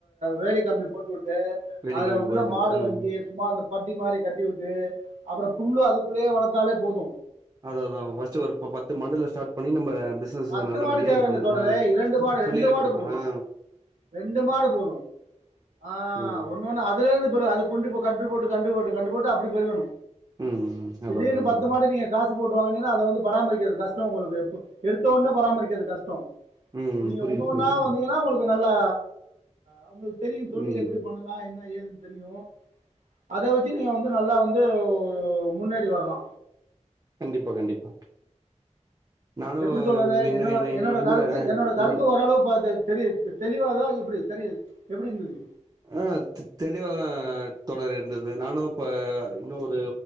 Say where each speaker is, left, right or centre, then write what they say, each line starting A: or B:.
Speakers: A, on the right (about 80°); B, on the right (about 30°).
A: வேலி கம்பி போட்டுட் டு
B: வேலைக்கிழவி
A: அதுல உள்ள
B: போறட்டு
A: மாடு
B: ம்
A: வாங்கி சும்மா அந்த பட்டி மாரி கட்டி வுட்டு அப்றோ புல்லு அதுக்குள்ளயே வளத் தாலே போது
B: அத அதா ஃபஸ்ட் ஒரு ப பத்து மாடுல ஸ்டாட் பண்ணி நம்ப பிஸ்னஸ
A: பத்து
B: நல்லபடியா
A: மாடு தேவயில்ல
B: இது பண்ணு
A: தோழரே
B: அ
A: இரண்டு
B: தொ
A: மாடு
B: தொ தொழில
A: ரெண்டு மாடு
B: கட்டுப்பறே
A: போது
B: ஆ
A: ரெண்டு மாடு போது ஆ
B: ம்
A: ஒன்னு ஒன்னா அதுலருந்து பெரு அது குண்று போ கண்று போட்டு கண்டு போட்டு கண்டு போட்டு அப்டி பெருகனு
B: ம் ம்
A: திடீர்னு
B: அதா அதா
A: பத்து
B: தோழரே
A: மாட்ட நீங்க காசு போட்டு வாங்குனிங்னா அத வந்து பராமரிக்கிறது காஸ் சு உங்களுக்கு இப்போ எடுத்த ஓனே பராமரிக்கிறது கஷ்டோ
B: ம்
A: நீங்க
B: புரியுது
A: ஒண்ணு ஒன்னா
B: புரியுது
A: வந்தீங்கனா உங்களுக்கு நல்லா அவுங்களுக்கு தெரியு தொழில்
B: ம்
A: எப்டி பண்ணலா என்ன ஏதுன் தெரியு அத வச்சி நீங்க வந்து நல்லா வந்து ஒரு முன்னேறி வரலா
B: கண்டிப்பா கண்டிப்பா நானு
A: எப்டி தோழரே
B: இனி
A: என்னோட
B: இனி
A: என்னோட
B: இனிமேல
A: கருத்து என்னோட கருத்து
B: இனி
A: ஓரளவு பாத்து தெரியிது தெ தெளிவாதா இப்டி தெரியிது எப்டி இருந்தது
B: ஆ தெ தெளிவா தோழர் இருந்தது நானூப்ப உன்னு ஒரு